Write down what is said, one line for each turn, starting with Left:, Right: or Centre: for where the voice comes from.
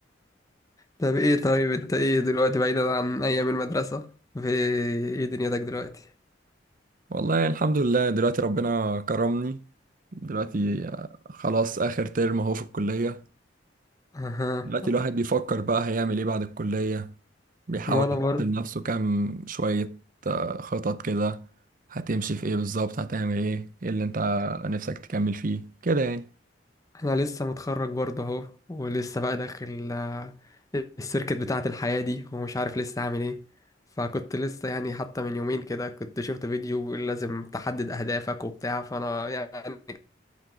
Left: طب ايه طيب انت ايه دلوقتي بعيدا عن ايام المدرسة في ايه دنيتك دلوقتي؟
Right: والله الحمد لله دلوقتي ربنا كرمني دلوقتي آه، خلاص آخر ترم أهو في الكلية
Left: اها
Right: دلوقتي الواحد بيفكر بقى هيعمل إيه بعد الكلية بيحاول
Left: وانا
Right: يحط
Left: برضه
Right: لنفسه كام شوية آه، خطط كده هتمشي في ايه بالظبط هتعمل ايه ايه اللي انت نفسك تكمل فيه كده يعني
Left: انا لسه متخرج برضه اهو ولسه بقى داخل آه، السيركت بتاعة الحياة دي ومش عارف لسه هعمل ايه فكنت لسه يعني حتى من يومين كده كنت شفت فيديو بيقول لازم تحدد اهدافك وبتاع فانا يعني